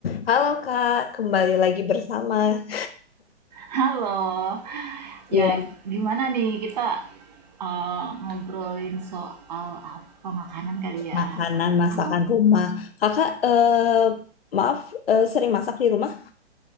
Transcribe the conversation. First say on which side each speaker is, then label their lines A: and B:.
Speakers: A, on the left; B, on the right.
A: Halo Kak, kembali lagi bersama
B: Halo.
A: yang
B: Ya, gimana nih kita, eee, ngobrolin soal apa, makanan kali ya?
A: makanan masakan
B: Aku
A: rumah. Kakak, eh, maaf, eh, sering masak di rumah?